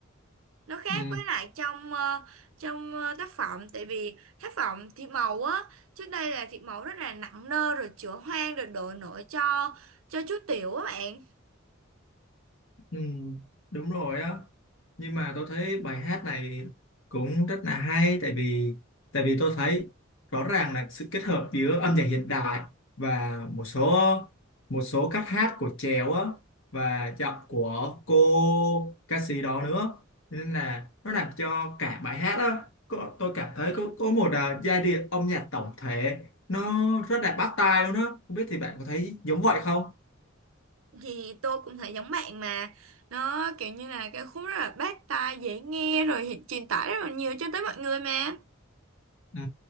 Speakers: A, on the right; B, on the left.
A: nó khác
B: ừ.
A: với lại trong ờ, trong ờ, tác phẩm tại vì tác phẩm thiệp màu á trước đây là thiệp màu rất là nặng nơ rồi chữa hoang rồi đổ nổi cho cho chú Tiểu á bạn
B: Ừ, đúng rồi á nhưng mà tôi thấy bài hát này cũng rất là hay tại vì tại vì tôi thấy rõ ràng là sự kết hợp giữa âm nhạc hiện đại và một số một số cách hát của chèo á và giọng của cô ca sĩ đó nữa nên là nó làm cho cả bài hát á có, tôi cảm thấy có có một à, giai điệu âm nhạc tổng thể nó rất là bắt tai luôn á không biết thì bạn có thấy giống vậy không
A: thì tôi cũng thấy giống bạn mà nó kiểu như là cái khúc rất là bắt tai dễ nghe rồi hiện- truyền tải rất là nhiều cho tới mọi người mà
B: Ừ,